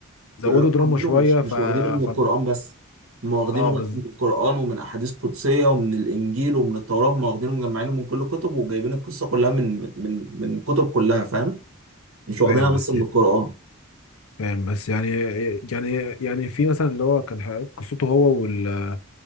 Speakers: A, on the left (about 75°); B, on the right (about 75°).
A: زودوا
B: في قراءه
A: دراما
B: عاملينه
A: شويه
B: مش مش
A: ف
B: واخدينه من القران
A: فالم...
B: بس هم واخدينه
A: اه
B: بقى
A: بز...
B: من القران ومن احاديث قدسيه ومن الانجيل ومن التوراه هم واخدينه مجمعينه من كل الكتب وجايبين القصه كلها من من من الكتب كلها فاهم مش واخدينها
A: فاهم بس
B: بس من القرآن
A: فاهم بس يعني يعني يعني في مثلا اللي هو كان ح- قصته هو وال...